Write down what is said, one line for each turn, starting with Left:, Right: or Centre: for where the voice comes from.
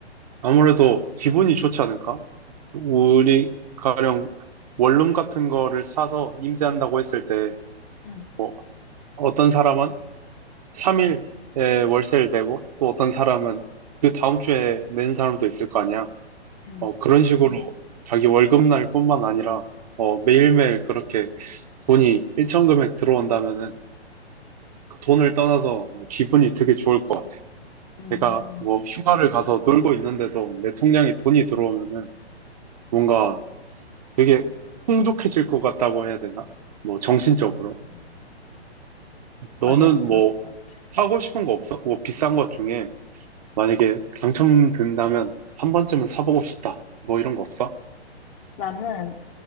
Right: 아무래도 기분이 좋지 않을까? 우리 가령 원룸 같은 거를 사서 임대한다고 했을 때,
Left: 응,
Right: 뭐, 어떤 사람은 3일에 월세를 내고, 또 어떤 사람은 그 다음 주에 낸 사람도 있을 거 아니야.
Left: 응.
Right: 어, 그런 식으로 자기 월급날 뿐만 아니라, 어, 매일매일 그렇게 돈이 일정 금액 들어온다면은, 그 돈을 떠나서 기분이 되게 좋을 것 같아.
Left: 응,
Right: 내가 뭐 휴가를 가서 놀고 있는데도 내 통장에 돈이 들어오면은 뭔가 되게 풍족해질 것 같다고 해야 되나? 뭐 정신적으로.
Left: 응.
Right: 너는
Left: 맞아, 그럴
Right: 뭐
Left: 것 같아.
Right: 사고 싶은 거 없어? 뭐 비싼 것 중에 만약에 당첨된다면 한 번쯤은 사보고 싶다. 뭐 이런 거 없어?
Left: 나는